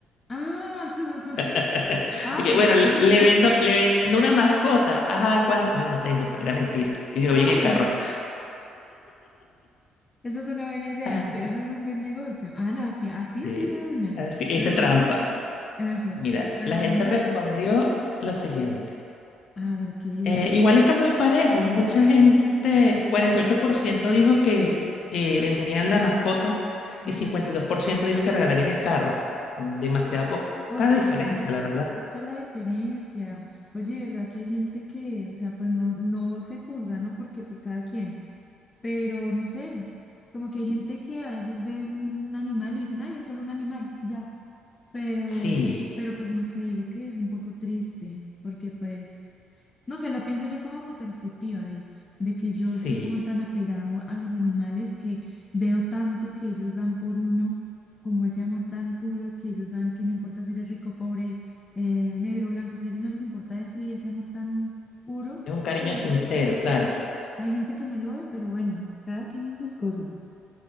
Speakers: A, on the left; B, on the left.
A: Ah, <laughs>
B: <laughs>
A: ah,
B: y que
A: bueno,
B: bueno,
A: sí.
B: le vendo, le vendo una mascota. Ajá, ¿cuánto? No, no tengo, era mentira. Y digo,
A: Ah,
B: voy en el
A: bueno,
B: carro.
A: esa es una buena idea.
B: Ah,
A: Sí, ese es un buen negocio. Ah, no, sí, así
B: sí.
A: sí, sí, de una.
B: Así, hice
A: Pero
B: trampa.
A: <laughs> eso,
B: Mira,
A: pero
B: la
A: bueno,
B: gente
A: yo
B: respondió
A: sí.
B: lo siguiente.
A: A ver, ¿qué dijeron?
B: Eh, igual está muy parejo. Mucha gente, 48% dijo que eh, venderían la mascota
A: Uy,
B: y 52% dijo que regalarían el carro. Demasiada po-
A: O
B: poca
A: sea,
B: diferencia, la verdad.
A: poca la diferencia. Oye, de verdad que hay gente que, o sea, pues no, no se juzga, ¿no? Porque pues cada quien. Pero no sé, como que hay gente que a veces ve un, un animal y dicen, ay, es solo un animal, ya. Pero,
B: Sí,
A: pero pues no sé, digo que es un poco triste, porque pues, no sé, lo pienso yo como mi perspectiva de, de que yo
B: sí.
A: estoy como tan apegado a los animales que veo tanto que ellos dan por uno, como ese amor tan puro que ellos dan, que no importa si eres rico, pobre, eh, negro, blanco, o sea, a ellos no les importa eso y ese amor tan puro
B: Es un cariño
A: que hay,
B: sincero, claro.
A: hay gente que no lo ve, pero bueno, cada quien en sus cosas.